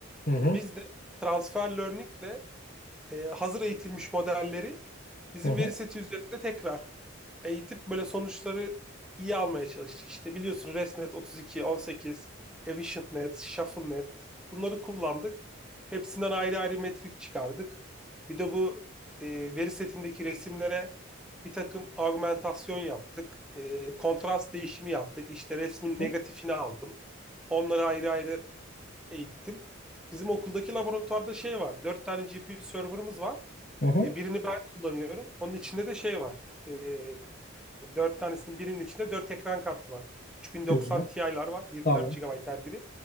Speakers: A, on the left; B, in the centre.
A: Hı hı.
B: Biz de transfer learning'le e, hazır eğitilmiş modelleri bizim
A: Hı hı.
B: veri seti üzerinde tekrar eğitip böyle sonuçları iyi almaya çalıştık. İşte biliyorsun ResNet 32, 18, EfficientNet, ShuffleNet bunları kullandık. Hepsinden ayrı ayrı metrik çıkardık. Bir de bu e, veri setindeki resimlere bir takım argümantasyon yaptık. E, kontrast değişimi yaptık. İşte resmin
A: Hı
B: negatifini
A: hı.
B: aldım. Onları ayrı ayrı eğittim. Bizim okuldaki laboratuvarda şey var. Dört tane GPU server'ımız var.
A: hı hı.
B: E, birini ben kullanıyorum. Onun içinde de şey var. E, Dört tanesinin birinin içinde dört ekran kartı var. 3090
A: Güzel.
B: Ti'ler var. 24
A: Tamam.
B: GB her biri.